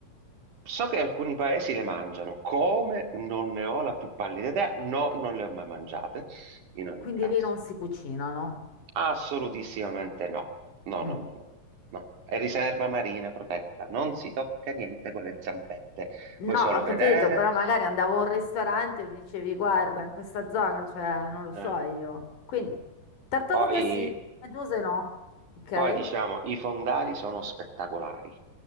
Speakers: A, on the right (about 65°); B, on the left (about 65°).
A: So che alcuni paesi le mangiano, come non ne ho la più pallida idea, no, non le ho mai mangiate, in ogni
B: Quindi
A: caso.
B: lì non si cucinano.
A: Assolutissimamente no. No,
B: Mm.
A: no, no, no. No. È riserva marina protetta. Non si tocca niente con le zampette.
B: No,
A: Puoi solo
B: ho capito,
A: vedere.
B: però magari andavo a un ristorante e mi dicevi, guarda, in questa zona, cioè, non lo so
A: Eh,
B: io. Quindi, tartarughe
A: Poi,
B: sì, meduse no, ok?
A: poi, diciamo, i fondali sono spettacolari